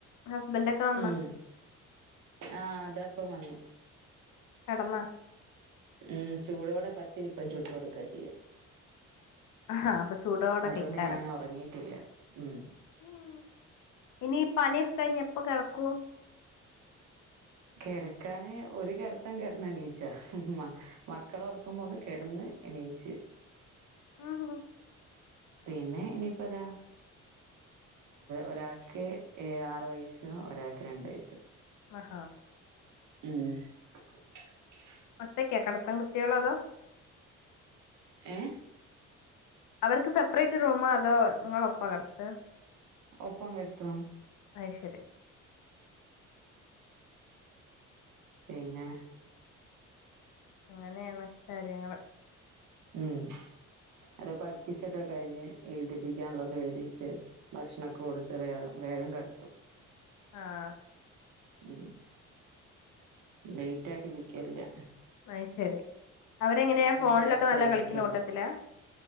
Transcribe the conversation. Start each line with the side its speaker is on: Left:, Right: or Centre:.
Left: ഹസ്ബൻഡൊക്കെ വന്നാ
Right: ഉം ആഹ് അതപ്പം വന്നു
Left: കെടന്നാ
Right: ഉം ചൂടോടെ പത്തിരിപ്പം ചുട്ട് കൊടുക്കാ ചെയ്യാ
Left: ആഹ് അപ്പൊ ചൂടോടെ
Right: അതൊണ്ട്
Left: കഴിക്കാലോ
Right: ഞാൻ ഉറങ്ങിട്ടില്ല ഉം
Left: ഉം ഇനിപ്പണിയൊക്കെ കഴിഞ്ഞ് എപ്പ കെടക്കൂ
Right: കിടക്കാന് ഒരു കിടത്തം കിടന്ന്ണീച്ചാ മക്കളൊറക്കുമ്പോന്ന് കിടന്ന് എണീച്ച്
Left: ആഹാ
Right: പിന്നെ ഇനിപ്പതാ ഒരാക്ക് എഴാറ് വയസ്സും ഒരാക്ക് രണ്ട് വയസ്സും
Left: മഹാ
Right: <inaudible>
Left: ഒറ്റക്കാ കടത്തം കുട്ടിയേള് അതോ.
Right: ഹെ
Left: അവർക്ക് സപ്പറയ്റ്റ് റൂമാ അതോ ഇങ്ങളൊപ്പാ കട്ത്താ
Right: ഒപ്പം കെട്ത്തോ
Left: അത് ശരി
Right: പിന്നെ
Left: അങ്ങനെയാണ് കാര്യങ്ങൾ
Right: ഉം അത് പട്പ്പിച്ചൊക്കെ കഴിഞ്ഞ് എഴുതിപ്പിക്കാൻളളത് എഴുതിച്ച് ഭക്ഷണൊക്കെ കൊടുത്ത് വേഗം കിടത്തും
Left: ആഹ്
Right: ഉം ലയ്റ്റാക്കിപിക്കൽല്യ
Left: അയ്ശരി അവരെങ്ങനെയാ ഫോണിലൊക്കെ
Right: നേരത്തെ
Left: നല്ല
Right: എണീക്കും
Left: കളിക്കുന്ന കൂട്ടത്തിലാ